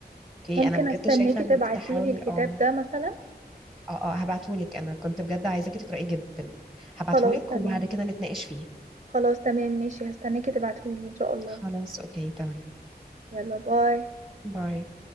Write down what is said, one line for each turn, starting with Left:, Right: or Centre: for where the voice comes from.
Centre: اوكي
Right: ممكن
Centre: انا بجد
Right: استناكي
Centre: شايفه انك
Right: تبعتيلي
Centre: تحاولي
Right: الكتاب
Centre: اه
Right: ده مثلا
Centre: اه اه هبعتهولك انا كنت بجد عايزاكي تقرأيه جدا هبعتهولك
Right: خلاص تمام
Centre: وبعد كده نتناقش فيه
Right: خلاص تمام ماشي هستناكي تبعتهولي ان شاء الله
Centre: خلاص اوكي تمام
Right: يلا باي
Centre: باي